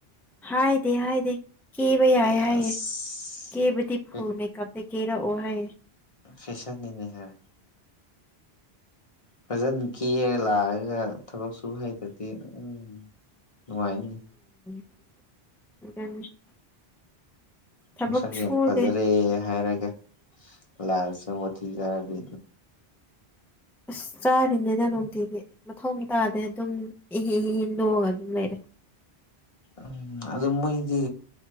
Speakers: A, in the centre; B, on the left.
A: ꯍꯥꯗ ꯍꯥꯏꯗ ꯀ ꯩ ꯌꯥꯌꯦ
B: ꯑꯁ
A: ꯍꯥꯏ ꯀꯕꯗꯤ ꯐ
B: ꯐꯦ
A: ꯃ ꯀꯞ ꯀꯦꯔ ꯑꯣꯍꯌꯦ
B: ꯐꯦꯁꯔ ꯅꯅꯦ ꯍꯥꯏ ꯐꯖꯅ ꯀꯦꯔ ꯂꯥꯛꯑꯒ ꯊꯕꯛ ꯁꯨ ꯍꯩꯇꯗꯤ ꯎꯝ ꯅꯨꯡꯉꯥꯏꯅꯤ
A: <unintelligible>
B: ꯉꯅꯨꯡꯁꯥꯒꯤ
A: ꯊꯕꯛ ꯁꯨꯗꯦ
B: ꯌꯥꯝ ꯐꯖꯔꯦ ꯍꯥꯏꯔꯒꯦ ꯂꯁ ꯑꯣꯊꯖꯔꯗꯤ
A: ꯑꯁ ꯆꯥꯔꯤꯅꯤꯗ ꯅꯨꯡꯇꯤꯒꯤ ꯃꯊꯊꯧ ꯇꯥꯗꯦ ꯑꯗꯨꯝ ꯍꯤ ꯍꯤ ꯍꯤꯟꯗꯣꯛꯑꯒ ꯑꯗꯨꯝ ꯂꯩꯔꯦ
B: ꯎꯝ ꯑꯗꯨ ꯑꯗꯨ ꯃꯒꯦ